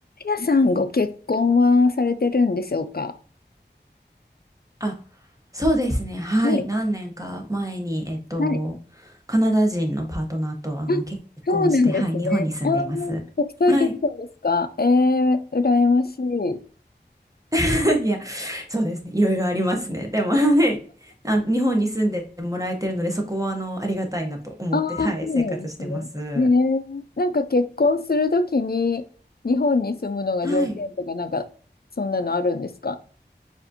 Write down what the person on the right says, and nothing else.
あ、そうですね。はい。
何年か前に、えっと、
カナダ人のパートナーと、あの、
結婚して、
はい、日本に住んでいます。
はい。
<laughs> いや、そうですね。いろいろありますね。でも、はい。あ、日本に住んでもらえてるので、そこは、あの、ありがたいなと思って、
はい、
生活してます。
はい。